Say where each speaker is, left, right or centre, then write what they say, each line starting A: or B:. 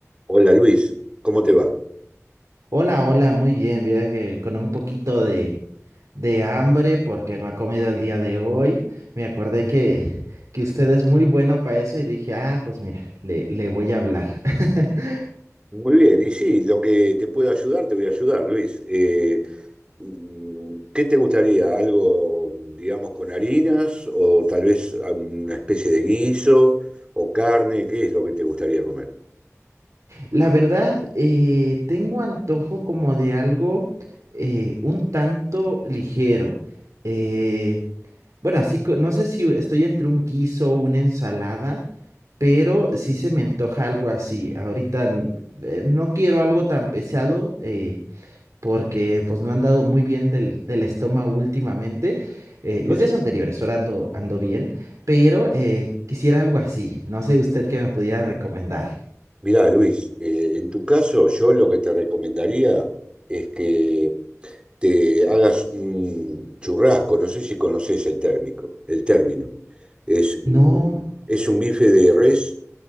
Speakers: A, on the right; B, on the right.
A: Hola Luis, ¿cómo te va?
B: Hola, hola, muy bien. Mira que con un poquito de, de hambre porque no he comido el día de hoy. Me acordé que, que usted es muy bueno para eso y dije, ah, pues mira, le, le voy a hablar. <laughs>
A: Muy bien, y sí, lo que te puedo ayudar, te voy a ayudar, Luis. Eh, mm, ¿qué te gustaría? ¿Algo, digamos, con harinas o tal vez ah, una especie de guiso o carne? ¿Qué es lo que te gustaría comer?
B: La verdad, eh, tengo antojo como de algo eh, un tanto ligero. Eh, bueno, así co- no sé si estoy entre un guiso o una ensalada, pero sí se me antoja algo así. Ahorita n- eh, no quiero algo tan pesado. eh, porque pues no han dado muy bien del, del estómago últimamente. Eh, los
A: Eh,
B: días anteriores, ahora ando, ando bien, pero eh, quisiera algo así. No sé usted qué me pudiera recomendar.
A: mirá, Luis, eh, en tu caso yo lo que te recomendaría es que te hagas un churrasco, no sé si conoces el térmico, el término. Es, mm,
B: No,
A: es un bife de res